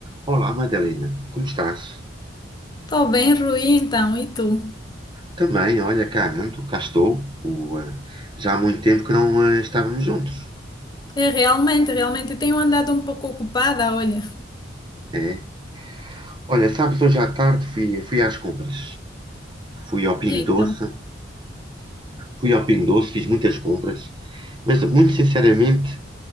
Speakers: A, on the right (about 25°); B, on the left (about 25°).
A: Olá, Madalena, como estás?
B: Estou bem, Rui, então, e tu?
A: Também, olha, cá ando, cá estou. O, eh, já há muito tempo que não eh, estávamos juntos.
B: É, realmente, realmente, tenho andado um pouco ocupada, olha.
A: É. Olha, sabes, hoje à tarde fui, fui às compras. Fui ao Pingo
B: E então?
A: Doce, fui ao Pingo Doce, fiz muitas compras, mas muito sinceramente